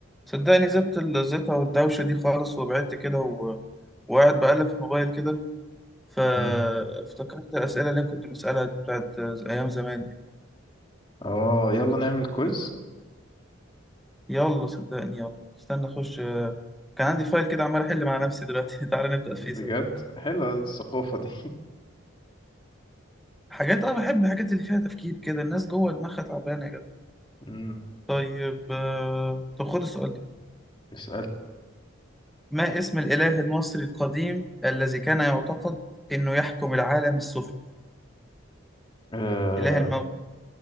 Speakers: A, in the centre; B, on the left (about 25°).
A: صدقني زبت الزيطة والدوشة دي خالص وبعدت كده و... وقاعد بقلب في الموبايل كده فافتكرت
B: مم.
A: الأسئلة اللي أنا كنت بسألها دي بتاعت أيام زمان دي
B: اه يلا نعمل كويز
A: يلا صدقني يلا استنى أخش كان عندي فايل كده عمال أحل مع نفسي دلوقتي <laughs> تعالى نبدأ
B: بجد
A: فيه سوا
B: حلوة الثقافة دي
A: حاجات أنا بحب الحاجات اللي فيها تفكير كده الناس جوه دماغها تعبانة يا جدع
B: <laughs> مم.
A: طيب آه، طب خد السؤال ده
B: اسأل
A: ما اسم الإله المصري القديم الذي كان يعتقد إنه يحكم العالم السفلي
B: آه
A: إله الموت